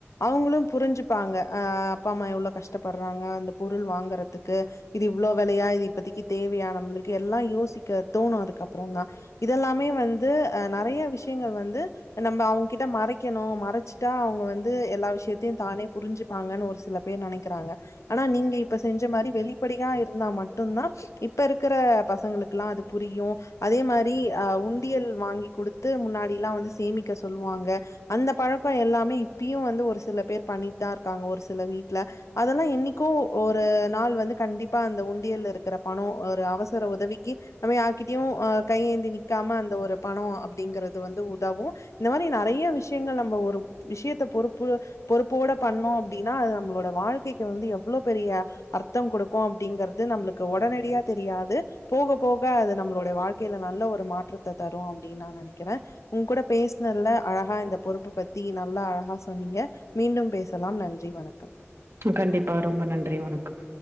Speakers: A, on the left; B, on the right.
A: அவங்களும் புரிஞ்சுப்பாங்க அ அப்பா அம்மா எவ்வளவு கஷ்டப்படுறாங்க அந்த பொருள் வாங்குறது க்கு இது இவ்ளோ விலைய இப்பதைக்கு தேவையா நம் எல்லாம் யோசிக்க தோணும் அதுக்கப்புறம் தா இதெல்லாமே வந்து ஆ நெறைய விஷயங்கள் வந்து நம்ம அவங்ககிட்ட மறைக்கணும் மறைச்சிட்டா அவங்க வந்து எல்லா விஷய த்தை தானே புரிஞ்சுப்பாங்கனு ஒரு சில பேர் நெனைக்கிறாங்க, ஆனா நீங்க இப்ப செஞ்ச மாரி வெளிப்படையா இருந்தா மட்டுந்தா இப்ப இருக்கிற பசங்களுக் க்லா அது புரியு அதே மா ரி அ உண்டியல் வாங்கி குடுத்து முன்னாடில்லா வந்து சேமிக்க சொல்லுவாங்க அந்த பழக்கோ எல்லாமே இப்பியு வந்து ஒரு சில பேர் பண்ணிட்டு தா இருக்காங்க ஒரு சில வீட்ல அதெல்லா என்னைக்கோ ஒரு நாள் வந் து கண்டிப்பா அந்த உண்டியல்ல இருக்கிற பணம் ஒரு அவசர உதவிக்கு நம்ம யார்கிட்டயு கையேந்தி நிக்காம அந்த ஒரு பணோ அப்டிங்கற து வந்து உதவு இந்த மாரி நறைய விஷயங்கள் நம்ம ஒரு விஷயத்த பொறுப்பு பொறுப்போட பண்ணோ அப்டின்னா அது நம்மளோட வாழ்க்கைக்கு வந்து எவ்ளோ பெரிய அர் த்தம் கொடுக்கு அப்டிங்கறது நம்மளுக்கு உடனடியா தெரியாது போக போக அது நம்மளுடைய வாழ்க்கையில நல்ல ஒரு மாற்றத்த தரும் அப்டின்னு நா நெனைக்கிறே உங்க கூட பேசினதுல்ல அழகா இந்த பொறுப்ப பத்தி நல்லா அழகா சொன்னீங்க மீண்டும் பேசலாம் நன்றி வணக்கம்
B: கண்டிப்பா ரொம்ப நன்றி வணக்கம்